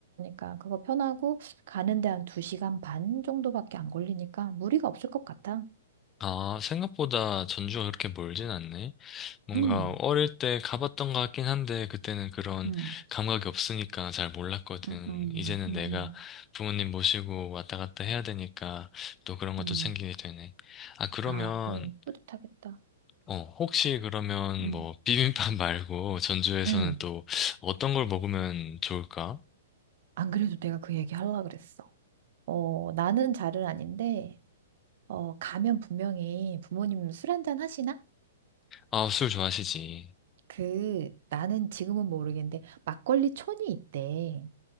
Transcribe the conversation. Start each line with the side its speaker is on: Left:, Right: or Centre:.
Right: 그러니까 그거 편하고 가는데 한 2시간 반 정도밖에 안 걸리니까 무리가 없을 것 같아.
Left: 아, 생각보다 전주가 그렇게 멀진 않네. 뭔가
Right: 음,
Left: 어릴 때 가봤던 것 같긴 한데 그때는 그런
Right: 음,
Left: 감각이 없으니까 잘 몰랐거든.
Right: 음, 음,
Left: 이제는
Right: 음,
Left: 내가 부모님 모시고 왔다 갔다 해야 되니까 또 그런 것도
Right: 음,
Left: 챙기게 되네. 아, 그러면
Right: 아, 그건 뿌듯하겠다.
Left: 어, 혹시 그러면
Right: 음.
Left: 뭐 비빔밥 말고 전주에서는
Right: 음.
Left: 또 어떤 걸 먹으면 좋을까?
Right: 안 그래도 내가 그 얘기 하려고 그랬어. 어, 나는 잘은 아닌데 어, 가면 분명히 부모님 술 한잔 하시나?
Left: 아, 술 좋아하시지.
Right: 그, 나는 지금은 모르겠는데, 막걸리 촌이 있대.